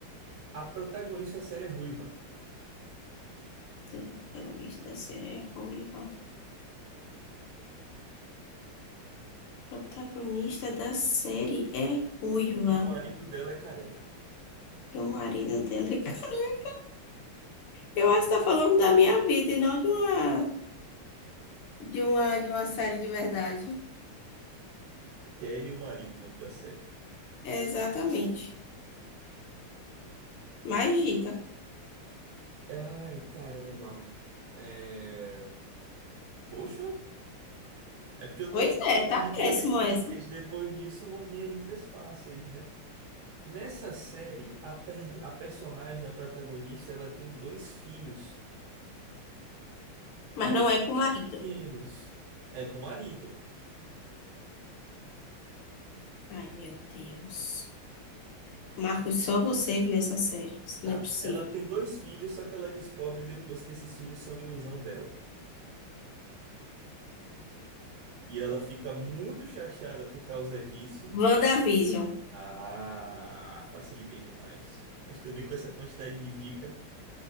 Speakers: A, on the right (about 75°); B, on the left (about 85°).
A: A protagonista da série é ruiva.
B: Deus, a protagonista da série é ruiva. Protagonista da série é ruiva.
A: E o marido dela é careca.
B: E o marido dela é <laughs> careca. Eu acho que tá falando da minha vida e não de uma. de uma, de uma série de verdade.
A: Kelly o marido, o nome da série.
B: Exatamente. Mais dica.
A: Ai, caramba. É... Poxa, é porque eu
B: Pois
A: tô pensando
B: é, tá
A: nas dicas
B: péssimo
A: difíceis.
B: essa.
A: Depois disso vão vir as dicas fáceis, né? Nessa série, a, per- a personagem, a protagonista, ela tem dois filhos.
B: Mas
A: Dois
B: não é com
A: filhos
B: o marido.
A: pequenos. É, com o marido.
B: Ai, meu Deus. Marcos, só você viu essa série. Isso
A: Tá.
B: não é possível.
A: Ela tem dois filhos, só que ela descobre depois que esses filhos são ilusão dela. E ela fica muito chateada por causa disso.
B: WandaVision.
A: Ah, facilitei demais. Mas também com essa quantidade de dica.